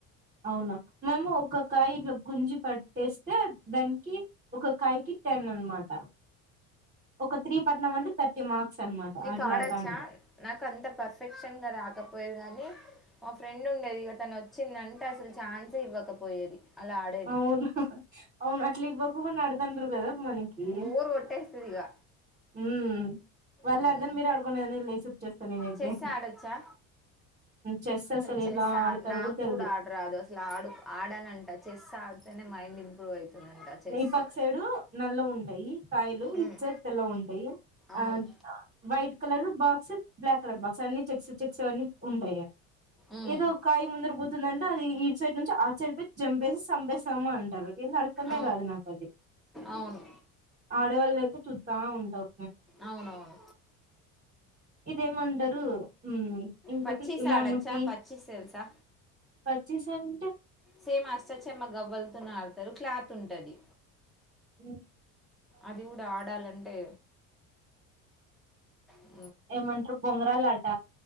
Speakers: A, on the right; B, in the centre.
A: అవునా మేము ఒక కాయ ఇట్లా గుంజి పట్టేస్తే దానికి ఒక కాయకి టెన్ అనమాట ఒక త్రీ పట్నం అంటే థర్టీ మార్క్స్ అనమాట
B: నీకు
A: అట్లా
B: ఆడొచ్చా
A: ఆడతా ఉంటది
B: నాకు అంత పర్ఫెక్షన్ గా రాకపోయది కాగాని మా ఫ్రెండ్ ఉండేది తను వ వచ్చిందంటే అసలు ఛాన్సే ఇవ్వకపోయేది అలా ఆడేది
A: అవున అవున అట్లా ఇవా <unintelligible> మనకి
B: బోర్ కొట్టేస్తుంది ఇక
A: ఊ వాళ్ళు
B: ఉమ్
A: ఆడదని మీరు ఆడుకునేని లేసి వచ్చేస్తాను నేనైతే
B: చెస్ ఆడొచ్చా
A: చెస్ అసలు
B: చెస్
A: ఇలా
B: ఆ
A: ఆడతారో
B: నాకు
A: కూడా తెలిదు
B: ఆడరాదు అసలు ఆడు ఆడాలంట చెస్ ఆడ్తేనే మైండ్ ఇంప్రూవ్ అవుతుందంట చెస్
A: ఈ పక్క సైడు నల్ల ఉంటాయి కాయలు
B: ఉమ్
A: ఈ సైడ్ తెల్ల ఉంటాయి
B: అవును
A: ఆ white colour box black colour box అన్ని చెక్స్ చెక్స్ అవన్నీ ఉంటయ
B: ఉమ్
A: ఇదో కాయి ముందరపు అతుందంటే అది ఈ సైడ్ నుంచి ఆ సైడ్ ప జంపేసి సంబేేశామ అంటారు ఇష్టమే
B: అవును
A: కాదు నాకు అది
B: అవును
A: ఆడేవాళ్ళ అయితే చు చా ఉంటావు
B: అవునవును
A: ఇదే మండరు ఉ ఇంకోటి
B: పచ్చీస్
A: ఇలాముటి
B: ఆడచ్చా పచ్చీస్ తెలుసా
A: పచ్చిసన్ అ
B: సేమ్ అష్టా చమ్మా గవ్వలుతోనే ఆడతారు క్లాత్ ఉంటది
A: అ
B: అది కూడా ఆడాలంటే ఏ
A: ఏమంటారు బొంగరాల ఆట